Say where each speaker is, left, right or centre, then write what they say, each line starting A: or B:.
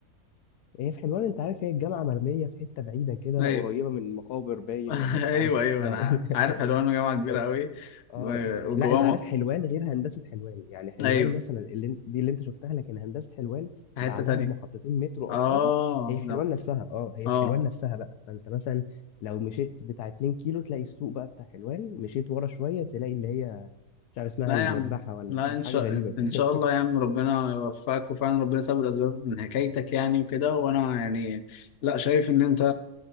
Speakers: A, on the left; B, on the left.
A: هي في حلوان انت عارف هي الجامعة مرمية في حتة بعيدة كده
B: ايوه
A: قريبة من مقابر باين
B: <laughs>
A: ولا مش
B: ايوه
A: عارف
B: ايوه
A: اسمها
B: انا
A: ايه
B: عارف حلوان جامعة كبيرة
A: <laughs>
B: قوي
A: اه
B: و- وجواه
A: لا انت عارف حلوان غير هندسه حلوان يعني حلوان
B: م- ايوه
A: مثلا اللي دي اللي انت شفتها لكن هندسه حلوان
B: في
A: بعدها
B: حتة تانية
A: بمحطتين مترو
B: اه
A: اصلا هي في
B: لا
A: حلوان نفسها اه هي
B: اه
A: في حلوان نفسها بقى فانت مثلا لو مشيت بتاع 2 كيلو تلاقي السوق بقى بتاع حلوان مشيت ورا شويه تلاقي اللي هي مش عارف اسمها
B: لا
A: المذبحه
B: يا عم
A: ولا
B: لا
A: مش عارف
B: ان
A: حاجه
B: شاء
A: غريبه كده
B: ان شاء
A: <laughs>
B: الله يا عم ربنا يوفقك وفعلا ربنا سبب الاسباب من حكايتك يعني وكده وانا يعني لا شايف ان انت